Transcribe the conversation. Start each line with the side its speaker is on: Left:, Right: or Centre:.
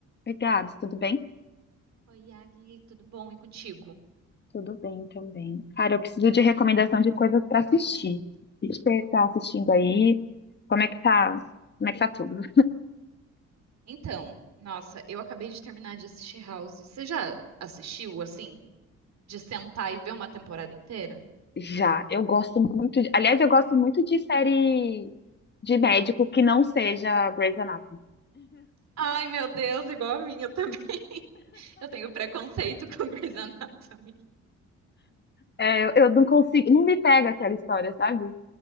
Left: Obrigada. tudo bem?
Right: Oi, Yagi, tudo bom? E contigo?
Left: Tudo bem também. Cara, eu preciso de recomendação de coisas para assistir. O que você tá assistindo aí? Como é que tá? Como é que tá tudo?
Right: Então, nossa, eu acabei de terminar de assistir House. Você já assistiu, assim, de sentar e ver uma temporada inteira?
Left: Já, eu gosto muito de... Aliás, eu gosto muito de série de médico que não seja Grey's Anatomy.
Right: Ai, meu Deus, igual a minha também. <laughs> Eu tenho preconceito com Grey's Anatomy.
Left: É, eu, eu não consigo, não me pega aquela história, sabe?